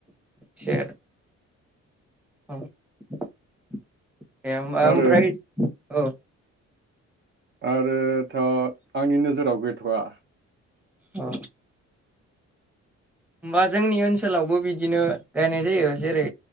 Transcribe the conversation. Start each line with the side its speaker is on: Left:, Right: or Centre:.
Centre: सेर। अ। <unintelligible> ओमफ्राय।
Right: आरो
Centre: औ।
Right: आरो थ आंनि नोजोराव गैथआ।
Centre: अ। होनबा जोंनि ओनसोलावबो बिदिनो गायनाय जायो जेरै